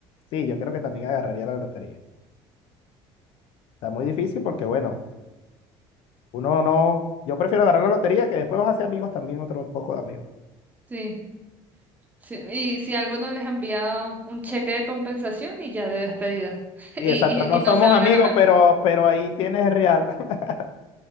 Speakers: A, on the left; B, on the right.
A: sí, yo creo que también agarraría la lotería. Está muy difícil porque, bueno, uno no, yo prefiero agarrar la lotería que después vas a hacer amigos también, otro poco de amigos.
B: Sí, sí. Y si alguno les ha enviado un cheque de compensación y ya de despedida. <laughs>
A: Sí,
B: Y,
A: exacto, no
B: y, y no
A: somos
B: se van
A: amigos,
B: a enojar.
A: pero, pero ahí tienes real. <laughs>